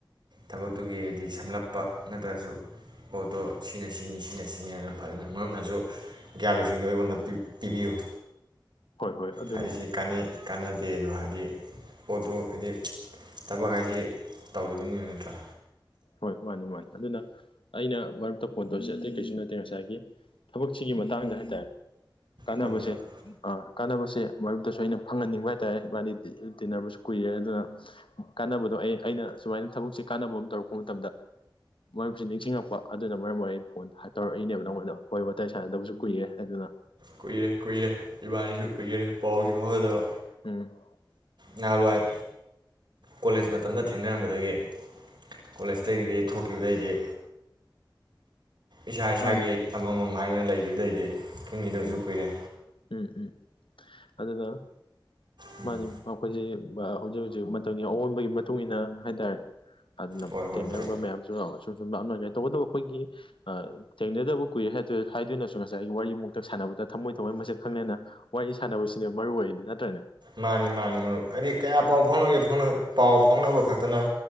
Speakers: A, on the right; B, on the left.
A: ꯊꯕꯛꯇꯨꯒꯤ ꯗꯤ ꯁꯝꯂꯞꯄ ꯅꯠꯇ꯭ꯔꯁꯨ ꯄꯣꯠꯇꯣ ꯁꯤꯅ ꯁꯤꯅꯤ ꯁꯤꯅ ꯁꯤꯅꯤ ꯍꯥꯏꯅ ꯐꯖꯅ ꯃꯔꯨꯞꯅꯖꯨ ꯒ꯭ꯌꯥꯟ ꯂꯧꯁꯤꯡꯗꯣ ꯑꯩꯉꯣꯟꯗ ꯄꯤꯕꯤꯌꯨ
B: ꯍꯣꯏ ꯍꯣꯏ ꯑꯗꯨꯅꯤ
A: ꯍꯥꯏꯔꯤꯁꯤ ꯀꯥꯟꯅꯩ ꯀꯥꯟꯅꯗꯦ ꯗꯣ ꯍꯥꯏꯗꯤ ꯍꯥꯏꯗꯤ ꯄꯣꯠꯇꯨ ꯍꯥꯏꯗꯤ ꯊꯕꯛ ꯍꯥꯏꯁꯤ ꯇꯧꯔꯤꯕꯅꯤꯅ ꯅꯠꯇ꯭ꯔꯥ
B: ꯍꯣꯏ ꯃꯥꯅꯤ ꯃꯥꯅꯤ ꯑꯗꯨꯅ ꯑꯩꯅ ꯃꯔꯨꯞꯇ ꯐꯣꯟ ꯇꯧꯔꯤꯁꯤ ꯑꯇꯩ ꯀꯩꯁꯨ ꯅꯠꯇꯦ ꯉꯁꯥꯏꯒꯤ ꯊꯕꯛꯁꯤꯒꯤ ꯃꯇꯥꯡꯗ ꯍꯥꯏꯇꯥꯔꯦ ꯀꯥꯟꯅ
A: ꯍꯣꯏ
B: ꯕꯁꯦ
A: ꯃꯔꯨꯞ
B: ꯑ ꯀꯥꯟꯅꯕꯁꯦ ꯃꯔꯨꯞꯇꯁꯨ ꯑꯩꯅ ꯐꯪꯍꯟꯅꯤꯡꯕ ꯍꯥꯏꯇꯥꯔꯦ ꯏꯕꯥꯅꯤ ꯇꯤꯟꯅꯕꯁꯨ ꯀꯨꯏꯔꯦ ꯑꯗꯨꯅ ꯀꯥꯟꯅꯕꯗꯣ ꯑꯩ ꯑꯩꯅ ꯁꯨꯃꯥꯏꯅ ꯊꯕꯛꯁꯦ ꯀꯥꯟꯅꯕ ꯑꯃ ꯇꯧꯔꯛꯄ ꯃꯇꯝꯗ ꯃꯔꯨꯞꯁꯤ ꯅꯤꯡꯁꯤꯡꯉꯛꯄ ꯑꯗꯨꯅ ꯃꯔꯝ ꯑꯣꯏꯔ ꯑꯩ ꯐꯣꯟ ꯇꯧꯔꯛꯏꯅꯦꯕ ꯅꯪꯉꯣꯟꯗ ꯋꯥꯔꯤ ꯋꯥꯇꯥꯏ ꯁꯥꯟꯅꯗꯕꯁꯨ ꯀꯨꯏꯔꯦ ꯑꯗꯨꯅ
A: ꯀꯨꯏꯔꯦ ꯀꯨꯏꯔꯦ ꯏꯕꯥꯅꯤꯁꯨ ꯀꯨꯏꯈ꯭ꯔꯦ ꯄꯥꯎꯁꯤ ꯐꯥꯎꯒꯗꯕ
B: ꯎꯝ
A: ꯅꯍꯥꯟꯋꯥꯏ ꯀꯣꯂꯦꯖ ꯃꯇꯝꯗ ꯊꯦꯡꯅꯔꯝꯕꯗꯒꯤ ꯀꯣꯂꯦꯖꯇꯒꯤꯗꯤ ꯊꯣꯛꯈꯤꯕꯗꯩꯗꯤ ꯏꯁꯥ ꯏꯁꯥꯒꯤ
B: ꯃꯥꯅꯤ
A: ꯑꯃꯃꯝ ꯍꯥꯏꯗꯅ ꯂꯩ ꯕꯗꯩꯗꯤ ꯄꯨꯟꯈꯤꯗꯕꯁꯨ
B: ꯎꯝ
A: ꯀꯨꯏꯔꯦ
B: ꯎꯝ ꯎꯝ ꯑꯗꯨꯅ
A: ꯎꯝ
B: ꯃꯥꯅꯤ ꯑꯩꯈꯣꯏꯖꯤꯛ ꯍꯧꯖꯤꯛ ꯍꯧꯖꯤꯛ ꯃꯇꯝꯒꯤ ꯑꯑꯣꯟꯕꯒꯤ ꯃꯇꯨꯡ ꯏ ꯃꯇꯨꯡꯏꯟꯅ ꯍꯥꯏꯇꯥꯔꯦ ꯑꯗꯨꯅ
A: ꯍꯣꯏ ꯍꯣꯏ
B: ꯊꯦꯡꯅꯔꯝꯕ
A: ꯃꯔꯨꯞ
B: ꯃꯌꯥꯝꯁꯨ ꯌꯥꯎꯋꯁꯦ ꯁꯨꯝ ꯁꯨꯝ ꯂꯥꯞꯅꯔꯦ ꯇꯧꯕꯇꯕꯨ ꯑꯩꯈꯣꯏꯒꯤ ꯊꯦꯡꯅꯗꯕ ꯀꯨꯏꯔꯦ ꯍꯥꯏ ꯍꯥꯏꯗꯨꯅꯁꯨ ꯉꯁꯥꯏꯒꯤ ꯋꯥꯔꯤꯃꯨ ꯍꯟꯇꯛ ꯁꯥꯟꯅꯕꯗ ꯊꯝꯃꯣꯏ ꯊꯃꯣꯏ ꯃꯁꯦꯠ ꯈꯪꯅꯅ ꯋꯥꯔꯤ ꯁꯥꯟꯅꯕꯁꯤꯗꯤ ꯃꯔꯨꯑꯣ ꯑꯣꯏꯔꯤꯗꯤ ꯅꯠꯇ꯭ꯔꯅꯦ
A: ꯃꯥꯅꯤ ꯃꯥꯅꯤ ꯃꯔꯨꯞ ꯍꯥꯏꯗꯤ ꯀꯌꯥ ꯄꯥꯎ ꯐꯥꯎꯅꯒꯦ ꯐꯥꯎꯅ ꯄꯥꯎ ꯐꯥꯎꯅꯕ ꯈꯛꯇꯅ